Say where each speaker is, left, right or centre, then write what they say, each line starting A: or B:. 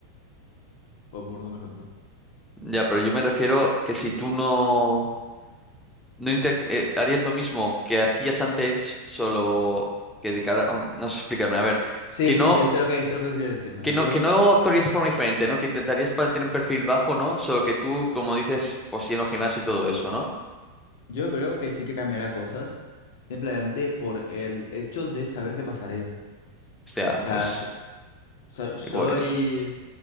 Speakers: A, on the left; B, in the centre.
A: por, por un ejemplo.
B: Ya, pero yo me refiero que si tú no, no inter- eh, harías lo mismo que hacías antes, solo que de cara... oh, no sé explicarme, a ver.
A: Sí,
B: Que
A: sí,
B: no
A: sí, esto es lo que, esto es lo que quiero decirme.
B: Que
A: Yo,
B: no, que no actuarías de forma diferente, ¿no? Que intentarías para tener un perfil bajo, ¿no? Solo que tú, como dices, pues lleno gimnasio y todo eso, ¿no?
A: yo creo que sí que cambiaría cosas, simplemente por el hecho de saber qué pasaría.
B: O sea,
A: O
B: pues
A: sea, so- so- soy,
B: igual. <laughs>